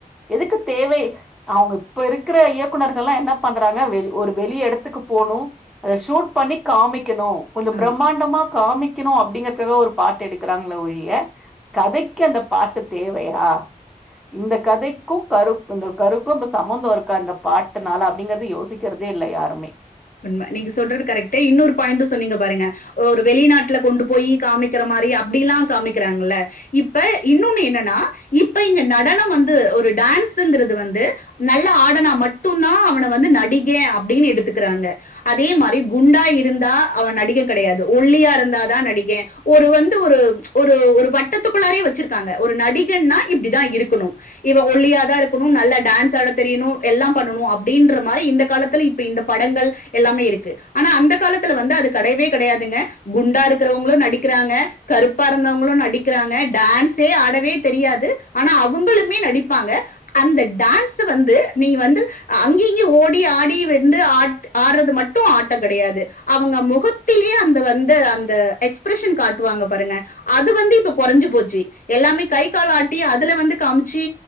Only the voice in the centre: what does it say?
எதுக்கு தேவை அவ்ங்க இப்ப இருக்குற இயக்குனர்கள்லா என்ன பண்டறாங்க வெளி ஒரு வெளி எடத்துக்கு போணு அத ஷூட் பண்ணி காமிக்கனு கொஞ்சொ
பிரம்மாண்டமா காமிக் கெனு அப்டிங்கெறத்தக ஒரு பாட்டு எடுக்குறாங்கள ஒழிய கதெக்கு அந்த பாட்டு தேவையா இந்த கதெக்கு கரு இந்த கருக்கு இப்ப ச சம்மந்தொ இருக்கா இந்த பாட்டுனால அப்பிடிங்கெறது யோசிக்கெறதே இல்ல யாருமே